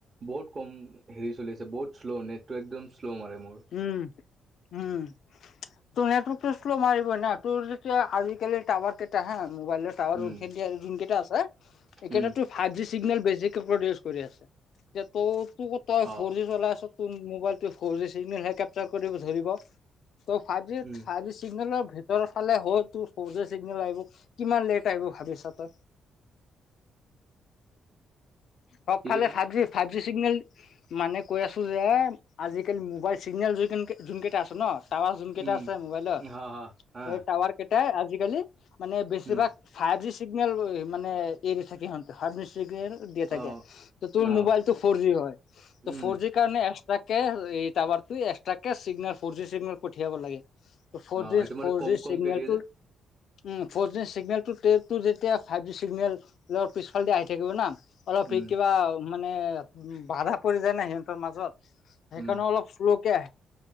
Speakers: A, on the right (about 30°); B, on the left (about 60°).
A: বহুত কম হেৰি চলি আছে বহুত শ্ল' নেটটো একদম শ্ল' মাৰে মোৰ
B: উম উম তোৰ নেটৱৰ্কটো শ্ল মাৰিবাই না তোৰ যেতিয়া আজিকালিৰ টাৱাৰ কেইটা হা মোবাইলৰ টাৱাৰ
A: উম
B: যোনখিনি যোন কেইটা আছে এইকেইটাটো
A: উম
B: ফাইভ জি চিগনেল বেছিকে প্ৰডিউচ কৰি আছে এতিয়া ত তোৰ তই
A: অ
B: ফৰ জি চলাই আছ তোৰ মোবাইলটো ফৰজি চিগনেল হে কেপচাৰ কৰিব ধৰিব ত' ফাইভ জি
A: উম
B: ফাইভ জি চিগ্নেলৰ ভে ভিতৰত ফালে হ তোৰ ফৌৰজী চিগনেল আহিব কিমান লেট আহিব ভাবিছা তই চবফালে
A: কি কৈছা
B: five G, five G signal মানে কৈ আছো যে আজিকালি মোবাইল চিগনেল যোন যোন কেইটা আছে ন টাৱাৰ যোন কেইটা
A: উম
B: আছে মোবাইলৰ
A: হা হা হা
B: এই টাৱাৰ কেইটাই আজিকালি মানে বেছিভাগ
A: উম
B: ফাইভ জি চিগনেল মানে এৰি থাকে সিহঁতে ফাইভ জি চিগনেল দিয়া থাকে
A: অ
B: তোৰ
A: অ
B: মোবাইলটো ফৰ জি হয় ত
A: উম
B: ফৰ জি সেই কাৰণে এক্সট্ৰাকে এই টাৱাৰ এক্সট্ৰ কে চিগনেল ফৰ জি চিগনেল পঠিয়াব লাগে ফ'ৰ
A: অ
B: জি,
A: এইটো মানে
B: ফ'ৰ
A: কম
B: জি
A: কমকে
B: চিগনেলটো
A: দিয়ে যে
B: উম ফ'ৰ জি চিগনেলটো টেতটো যেতিয়া ফাইভ জি চিগনেলৰ পিছফাল আহি থাকিব না অলপ
A: উম
B: সি কিবা মানে বাধা পৰি যায় না সিহঁতৰ মাজত সেইকাৰণে
A: উম
B: অলপ শ্ল' কে আহে